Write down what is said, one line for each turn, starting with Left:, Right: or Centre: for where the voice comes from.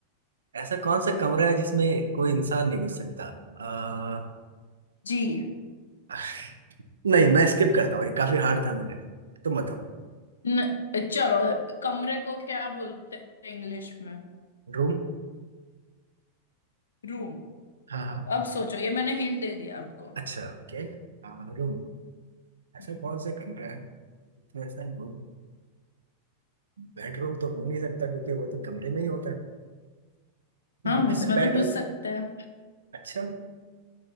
Right: ऐसा कौन सा कमरा है जिसमें कोई इंसान नहीं घुस सकता अ,
Left: जी
Right: <laughs> नहीं मैं स्किप करता हूँ ये काफी हार्ड था मेरे लिए तुम बताओ
Left: न, चलो कमरे को क्या बोलते हैं इंग्लिश में
Right: रूम
Left: रूम
Right: हाँ हाँ
Left: अब सोचो ये मैंने हिंट दे दिया आपको
Right: अच्छा ओके हाँ रूम ऐसा
Left: हम्म,
Right: कौन सा कमरा है तो ऐसा रूम बेडरूम तो हो नहीं सकता क्योंकि वो तो कमरे में ही होता है <laughs>
Left: हाँ
Right: वैसे
Left: उसमें
Right: बेडरूम
Left: तो घुस सकते हैं
Right: अच्छा